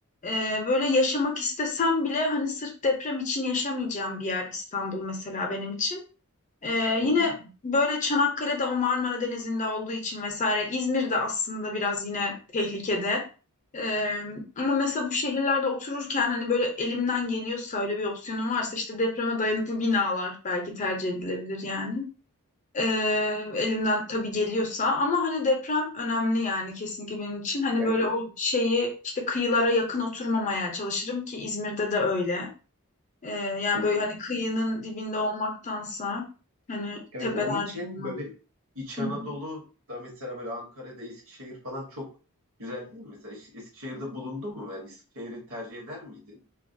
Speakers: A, on the left; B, on the right.
A: e, böyle yaşamak istesem bile hani sırf deprem için yaşamayacağım bir yer İstanbul mesela benim için. Ee, yine
B: hı hı.
A: böyle Çanakkale'de o Marmara Denizi'nde olduğu için vesaire İzmir'de aslında biraz yine tehlikede. Ee, ama mesela bu şehirlerde otururken hani böyle elimden geliyorsa öyle bir opsiyonum varsa işte depreme dayanıklı binalar belki tercih edilebilir yani. Ee, elimden tabii geliyorsa ama hani deprem önemli yani kesinlikle benim için. Hani
B: Evet.
A: böyle o şeyi işte kıyılara yakın oturmamaya çalışırım ki İzmir'de de öyle. Ee, yani
B: Hı hı.
A: böyle hani kıyının dibinde olmaktansa hani
B: Evet
A: tepelerde
B: onun için
A: olmak.
B: böyle İç
A: Hı
B: Anadolu'da
A: hı.
B: mesela böyle Ankara'da Eskişehir falan çok güzel değil mi? Mesela Es- Eskişehir'de bulundun mu? Yani Eskişehir'i tercih eder miydin?